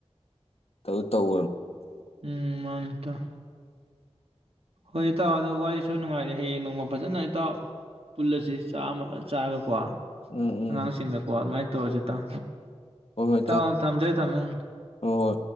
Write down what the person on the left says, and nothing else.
ꯇꯧ ꯇꯧ
ꯎꯝ ꯎꯝ
ꯍꯣꯏ ꯍꯣꯏ
ꯍꯣꯏ ꯍꯣꯏ